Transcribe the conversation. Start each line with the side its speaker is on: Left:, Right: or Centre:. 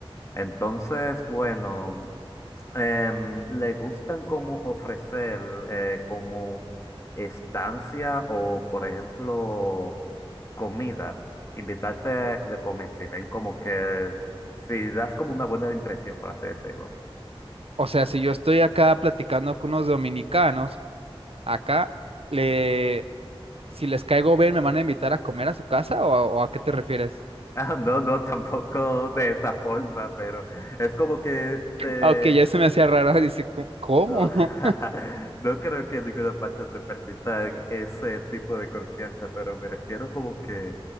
Left: Entonces, bueno, em, le gustan como ofrecer eh, como estancia o, por ejemplo, comida. Invitarte de comer si ven como que, si das como una buena impresión, por así decirlo.
Right: O sea, si yo estoy acá platicando con unos dominicanos, acá le, si les caigo bien, ¿me van a invitar a comer a su casa o, a o a qué te refieres?
Left: Ah, no, no, tampoco de esa forma, pero es como que te...
Right: Ah, ok, ya se me hacía raro, <laughs> dice, "¿Cómo? cómo?".
Left: No,
Right: <laughs>
Left: <laughs> no creo que en ninguna parte te permita ese tipo de confianza, pero me refiero como que